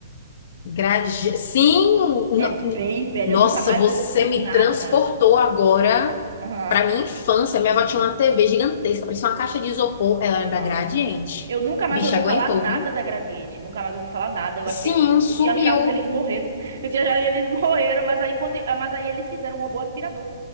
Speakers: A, on the left (about 45°); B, on the right (about 80°).
A: Graje... Sim, no-
B: É bem velha,
A: nossa,
B: eu nunca mais
A: você
B: ouvi
A: me
B: nada.
A: transportou agora
B: Aham,
A: para minha infância. Minha avó
B: aham,
A: tinha uma TV gigantesca, parecia uma caixa de isopor. Ela
B: aham.
A: era da Gradiente.
B: Eu nunca mais
A: Bicha
B: ouvi
A: aguentou,
B: falar nada
A: viu?
B: da Gradiente, nunca mais ouvi falar nada. Eu acho
A: Sim,
B: que ele-
A: sumiu.
B: eu tinha achado que eles morreram. <laughs> Eu tinha achado que eles morreram, mas aí quando, mas aí eles fizeram um robô aspirador.